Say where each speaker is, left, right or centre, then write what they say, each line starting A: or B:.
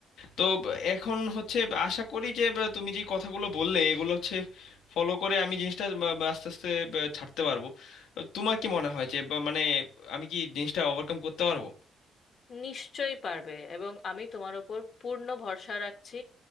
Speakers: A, on the left (about 85°); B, on the left (about 55°).
A: তো ব- এখন হচ্ছে ব- আশা করি যে বে- তুমি যে কথাগুলো বললে এগুলো হচ্ছে ফলো করে আমি জিনিসটা বা- বা আস্তে আস্তে বে, ছাড়তে পারবো তোমার কি মনে হয় যে বা- মানে আমি কি জিনিসটা ওভারকাম করতে পারবো
B: নিশ্চয়ই পারবে এবং আমি তোমার ওপর পূর্ণ ভরসা রাখছি